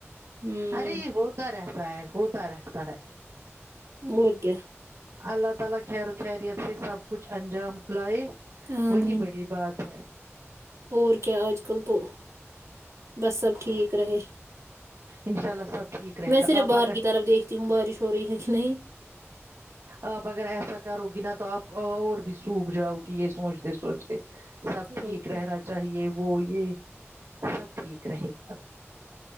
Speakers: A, on the right; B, on the right.
A: ہمم
B: ارے یہ ہوتا رہتا ہے ہوتا رہتا ہے
A: اور کیا
B: اللہ تعالی خیر خیریت سے سب کچھ انجام لائے
A: عامئین
B: وہی بڑی بات ہے
A: اور کیا آج کل تو بس سب ٹھیک رہے
B: انشاء اللہ سب ٹھیک رہے
A: میں
B: گا
A: صرف
B: آپ
A: باہر
B: اگر
A: کی طرف دیکھتی ہوں بارش ہو رہی ہے کہ نہیں
B: آپ اگر ایسا کرو گ نہ تو تو آپ اور بھی سوک جاؤ گی یہ سوچتے سوچتے سب ٹھیک
A: اور کیا
B: رہنا چاہیے وہ یہ سب ٹھیک رہے گ